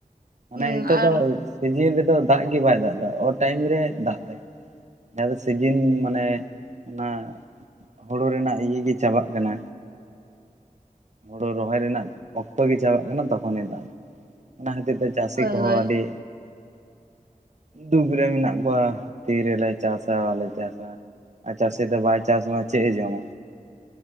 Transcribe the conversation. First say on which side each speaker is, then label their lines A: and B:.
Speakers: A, on the right; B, on the right.
A: ᱢᱟᱱᱮ
B: ᱦᱩᱸ
A: ᱱᱤᱛᱚᱜ
B: ᱟᱨ
A: ᱫᱚ ᱥᱤᱡᱮᱱ ᱨᱮᱫᱚ ᱫᱟᱜ ᱜᱮ ᱵᱟᱭ ᱫᱟᱜ ᱫᱟ ᱚ ᱴᱟᱭᱤᱢ ᱨᱮ ᱫᱟᱜ ᱮᱫᱟᱭ ᱾ ᱡᱟᱦᱟᱸ ᱫᱚ ᱥᱤᱡᱤᱱ ᱢᱟᱱᱮ ᱚᱱᱟ ᱾ ᱦᱳᱲᱳ ᱨᱮᱱᱟᱜ ᱤᱭᱟᱹ ᱜᱮ ᱪᱟᱵᱟᱜ ᱠᱟᱱᱟ ᱦᱩᱲᱩ ᱨᱚᱦᱚᱭ ᱨᱮᱱᱟᱜ ᱚᱠᱛᱚ ᱜᱮ ᱪᱟᱵᱟᱜ ᱠᱟᱱᱟ ᱛᱚᱠᱷᱚᱱᱮ ᱫᱟᱜ ᱮᱫᱟ ᱚᱱᱟ ᱠᱷᱟᱹᱛᱤᱨ ᱛᱮ ᱪᱟᱹᱥᱤ
B: ᱦᱳᱭ
A: ᱠᱚᱦᱚᱸ
B: ᱦᱳᱭ
A: ᱟᱹᱰᱤ ᱫᱩᱠ ᱨᱮ ᱢᱮᱱᱟᱜ ᱠᱚᱣᱟ ᱛᱤ ᱨᱮᱞᱮ ᱪᱟᱥᱟ ᱵᱟᱞᱮ ᱪᱟᱥᱟ ᱪᱟᱹᱥᱤ ᱫᱚ ᱵᱟᱭ ᱪᱟᱥᱢᱟ ᱪᱮᱫ ᱮ ᱡᱚᱢᱟ?